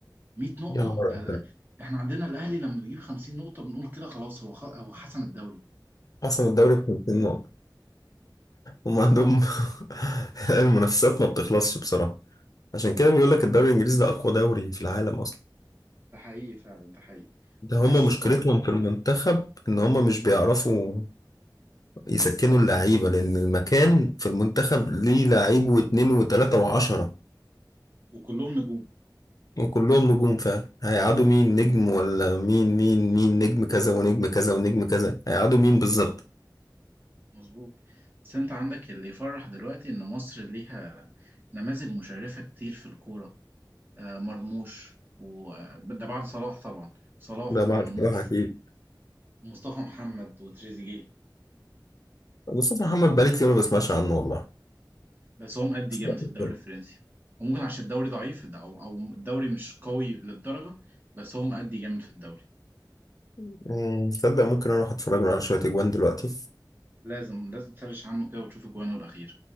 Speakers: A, on the right; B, on the left.
A: 100 نقطة
B: يا نهار
A: ده
B: أبيض
A: ده- احنا عندنا الأهلي لما بيجيب 50 نقطة بنقول كده خلاص هو خ... هو حسم الدوري
B: حسن الدوري ب 50 نقطة هم عندهم <laughs> المنافسات ما بتخلصش بصراحة عشان كده بيقول لك الدوري الانجليزي ده اقوى دوري في العالم اصلا
A: ده حقيقي فعلا ده حقيقي
B: ده
A: بس
B: هما مشكلتهم
A: بر...
B: في المنتخب ان هما مش بيعرفوا يسكنوا اللعيبه لان المكان في المنتخب ليه لعيب واتنين وتلاته وعشره
A: وكلهم نجوم
B: وكلهم نجوم فعلا هيقعدوا مين نجم ولا مين مين مين نجم كذا ونجم كذا ونجم كذا هيقعدوا مين بالظبط
A: مظبوط بس انت عندك اللي يفرح دلوقتي ان مصر ليها نماذج مشرفة كتير في الكورة آه، مرموش وده بعد صلاح طبعا صلاح
B: ده
A: ومرموش
B: بعد بصراحه اكيد
A: ومصطفى محمد وتريزيجيه
B: مصطفى محمد بقالي كتير ما بسمعش عنه والله
A: بس هو مأدي
B: تصدق
A: جامد في الدوري الفرنسي وممكن عشان الدوري ضعيف ده او او الدوري مش قوي للدرجه بس هو مأدي جامد في الدوري
B: مم، تصدق ممكن اروح اتفرج له على شويه اجوان دلوقتي
A: لازم لازم تسرش عنه كده وتشوف اجوانه الاخيره